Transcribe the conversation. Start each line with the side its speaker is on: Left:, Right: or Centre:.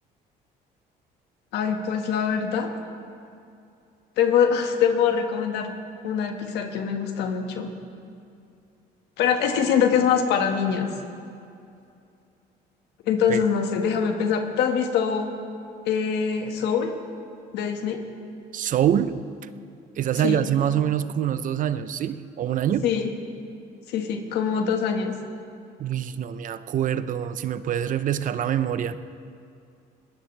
Left: Ay, pues la verdad, te puedo, <laughs> te puedo recomendar una de Pixar que me gusta mucho. Pero es que siento que es más para niñas. Entonces,
Right: Ve,
Left: no sé, déjame pensar. ¿Te has visto eh, Soul de Disney?
Right: Soul, esa
Left: Sí,
Right: salió hace más o menos como unos dos años, ¿sí? ¿O un año?
Left: sí, sí, sí, como dos años.
Right: Uy, no me acuerdo, si me puedes refrescar la memoria.